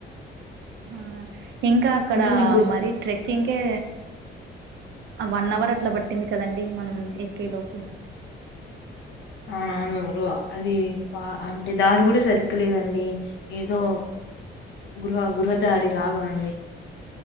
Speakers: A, on the right; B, on the left.
A: ఆ ఇంకా అక్కడ
B: మీకు గుర్
A: మరి ట్రెక్కింగ్కే వన్ అవర్ అట్లా పట్టింది కదండి మనం ఎక్కే లోపు
B: అవునవును అది పా అంటే దారి కూడా సరిగ్గ లేదండి ఏదో
A: <inaudible>
B: గృహ గృహదారి లాగా ఉంది